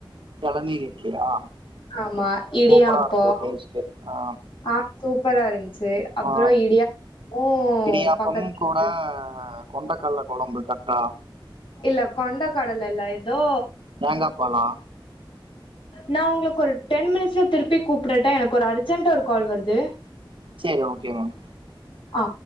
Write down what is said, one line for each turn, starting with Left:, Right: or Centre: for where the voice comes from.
Right: எளநீர் இட்லியா
Left: ஆமா இடியாப்பம்
Right: சூப்பரா இருக்கும் டேஸ்ட் ஆ
Left: ஆ சூப்பரா இருன்ச்சு அப்பறோ
Right: ஆ
Left: இடியாப்பம்
Right: இடியாப்பம்
Left: பக்கத்துல
Right: கூட
Left: பாலு
Right: கொண்டக்கல்ல கொழம்பு கரக்ட்டா
Left: இல்ல கொண்டகடல இல்ல எதோ
Right: தேங்காப்பாலா
Left: நா உங்களுக்கு ஒரு டென் மினிட்ஸ்ல திருப்பி கூப்பிடட்டா எனக்கு ஒரு அர்ஜெண்ட்டா கால் வருது
Right: சேரி ஓகே மேம்
Left: அ